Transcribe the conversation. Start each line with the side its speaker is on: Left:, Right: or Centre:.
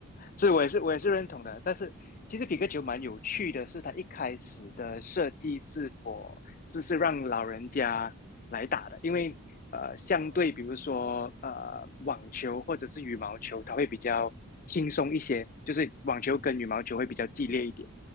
Left: 是，我也是，我也是认同的。
Right: 所以
Left: 但是其实皮克球蛮有趣的是，
Right: 嗯
Left: 它一开始的设计是否是是让老人家来打的，因为呃，
Right: 嗯
Left: 相对比如说呃网球或者是羽毛球，
Right: 哦
Left: 它会比较轻松一些，就是网球跟羽毛球会比较激烈一点，
Right: 嗯嗯